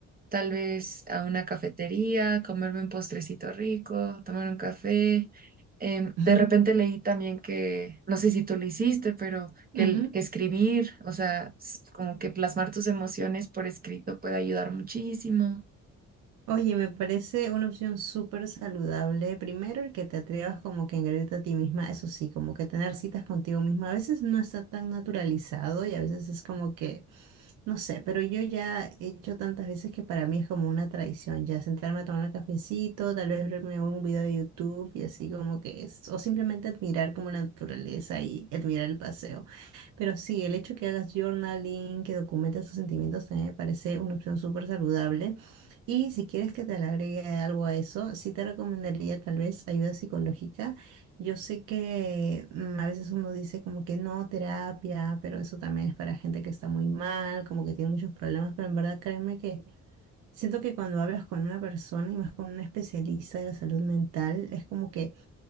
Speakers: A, on the right (about 30°); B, on the right (about 85°).
A: tal vez a una cafetería, comerme un postrecito rico, tomar un café. Em,
B: ujú,
A: de repente leí también que, no sé si tú lo hiciste, pero que
B: ujú.
A: el que escribir, o sea, s- como que plasmar tus emociones por escrito puede ayudar muchísimo.
B: Oye, me parece una opción súper saludable. Primero, el que te atrevas como que a engreírte a ti misma, eso sí, como que tener citas contigo misma a veces no está tan naturalizado y a veces es como que No sé, pero yo ya he hecho tantas veces que para mí es como una tradición, ya sentarme a tomar un cafecito, tal vez verme un video de YouTube y así como que es, o simplemente admirar como la naturaleza y admirar el paseo. Pero sí, el hecho que hagas journaling, que documentes tus sentimientos, también me parece una opción súper saludable. Y si quieres que te le agregue algo a eso, sí te recomendaría tal vez ayuda psicológica yo sé que mm, a veces uno dice como que no, terapia, pero eso también es para gente que está muy mal, como que tiene muchos problemas, pero en verdad créeme que siento que cuando hablas con una persona y más con un especialista de la salud mental, es como que